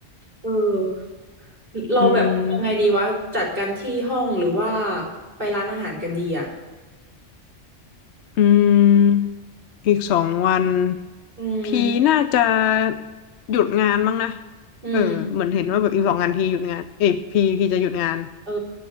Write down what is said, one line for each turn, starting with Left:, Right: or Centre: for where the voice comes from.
Right: เออเราแบบยังไงดีวะจัดกันที่ห้องหรือว่า
Left: อืม
Right: ไปร้านอาหารกันดีอ่ะ
Left: อืมอีกสองวัน
Right: อืม
Left: พีน่าจะหยุดงานมั้งนะ
Right: อืม
Left: เออ เหมือนเห็นว่าแบบอีกสองงานพีหยุดงาน เอยพีพีจะหยุดงาน
Right: เออ